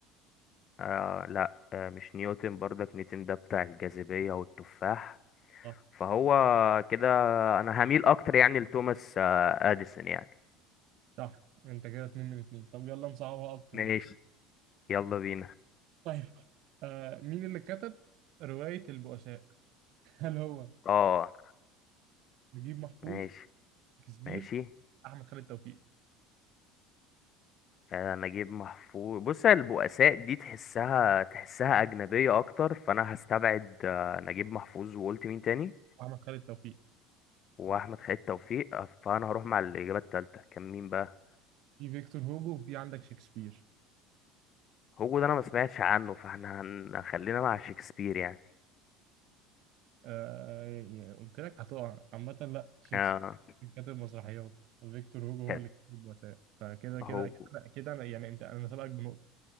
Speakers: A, on the left; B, on the right.
A: آه لا آه مش نيوتن برضك نيوتن ده بتاع الجاذبية والتفاح
B: صح
A: فهو كده انا هميل اكتر يعني لتوماس آه اديسون يعني
B: صح انت كده اتنين من اتنين طب يلا نصعبها اكتر
A: ماشي
B: بقى
A: يلا بينا
B: طيب آه مين اللي كتب رواية البؤساء؟ <laughs> هل هو
A: اه
B: نجيب محفوظ
A: ماشي
B: شكسبير
A: ماشي
B: احمد خالد توفيق
A: آه، نجيب محفوظ بص البؤساء دي تحسها تحسها أجنبية أكتر فأنا هستبعد آه، نجيب محفوظ وقلت مين تاني
B: احمد خالد توفيق
A: وأحمد خالد توفيق آه، فأنا هروح مع الإجابة التالتة كان مين بقى
B: في فيكتور هوجو وفي عندك شكسبير
A: هوجو ده انا ما سمعتش عنه فاحنا هن- خلينا مع شكسبير يعني
B: آه يعني قلت لك هتقع عامة لا شكسبير
A: اه
B: كاتب مسرحيات وفيكتور هوجو هو
A: كانت
B: اللي كاتب البؤساء فكده كده
A: هوجو
B: كده أنا- كده انا يعني انت انا سابقك بنقطة